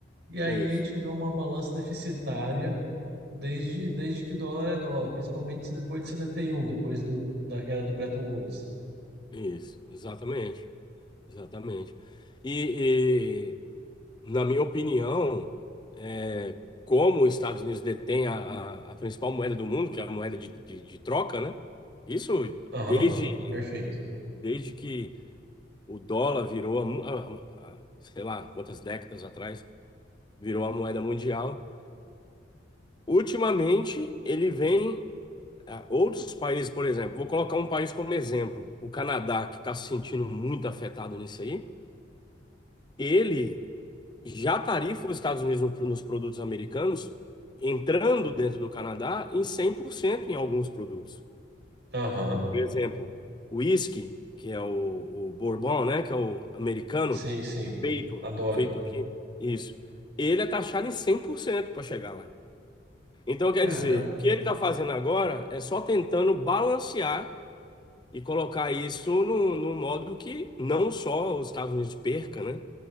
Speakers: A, on the right; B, on the left.
A: E aí
B: isso,
A: a gente vê uma balança deficitária desde, desde que dólar é dólar, principalmente depois de 71, depois do, da queda do Bretton Woods.
B: isso. Exatamente, exatamente. E, e, na minha opinião, é, como os Estados Unidos detêm a, a- a principal moeda do mundo, que é a moeda de, de de troca, né? Isso
A: Aham,
B: desde
A: perfeito.
B: Desde que o dólar virou, a mo- a- a- sei lá, quantas décadas atrás, virou a moeda mundial. Ultimamente, ele vem. a Outros países, por exemplo, vou colocar um país como exemplo, o Canadá, que está se sentindo muito afetado nisso aí, ele já tarifa os Estados Unidos no- nos produtos americanos, entrando dentro do Canadá em 100% em alguns produtos.
A: Aham,
B: Por exemplo, o whisky, que é o, o bourbon, né? Que é o americano,
A: sim, sim.
B: feito,
A: Adoro.
B: feito aqui, isso. Ele é taxado em 100% para chegar lá. Então, quer
A: Caramba.
B: dizer, o que ele está fazendo agora é só tentando balancear e colocar isso num, num modo que não só os Estados Unidos perca, né?